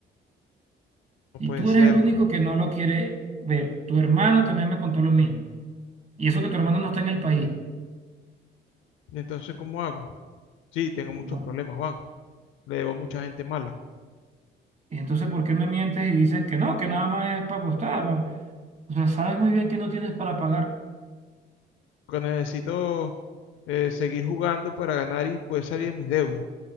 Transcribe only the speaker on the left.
No
puede
ser.
¿Y entonces cómo hago? Sí, tengo muchos
problemas, Juan. Le debo a mucha gente mala.
Porque necesito eh, seguir jugando para ganar y poder salir de mis deudas.